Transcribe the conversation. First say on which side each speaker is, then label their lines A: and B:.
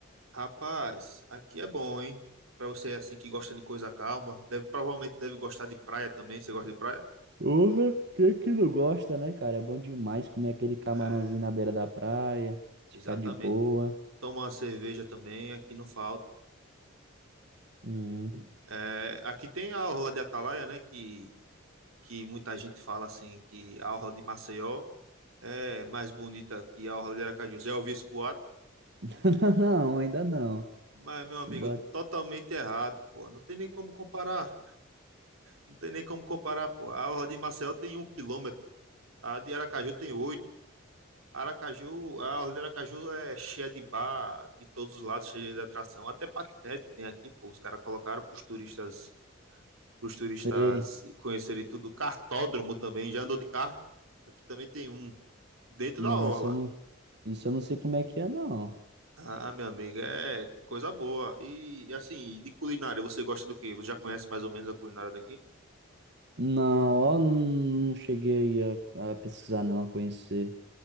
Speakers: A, on the right; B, on the right.
A: Rapaz, aqui é bom, hein? Pra você assim que gosta de coisa calma, deve provavelmente deve gostar de praia também. Você gosta de praia?
B: Porra, quem que não gosta, né, cara? É bom demais comer aquele camarãozinho
A: É,
B: na beira da praia, ficar
A: exatamente.
B: de boa.
A: toma uma cerveja também, aqui não falta.
B: Hum.
A: É, aqui tem a orla de Atalaia, né? Que, que muita gente fala assim que a orla de Maceió é mais bonita que a orla de Aracaju. Já ouviu esse boato?
B: <laughs> Não, ainda não.
A: Mas, meu
B: Se
A: amigo,
B: bota.
A: totalmente errado, pô. Não tem nem como comparar. Não tem nem como comparar, pô. A orla de Maceió tem um quilômetro. A de Aracaju tem oito. Aracaju, a orla de Aracaju é cheia de bar, de todos os lados, cheia de atração. Até patinete tem aqui, pô. Os caras colocaram para os turistas para os turistas
B: Sei.
A: conhecerem tudo. kartódromo também, já andou de kart? Aqui também tem um, dentro
B: Não,
A: da orla.
B: isso eu não. Isso eu não sei como é que é, não.
A: Ah, meu amigo, é coisa boa. E assim, de culinária, você gosta do quê? Você já conhece mais ou menos a culinária daqui?
B: Não, ó, não, não cheguei a, a pesquisar, não, a conhecer.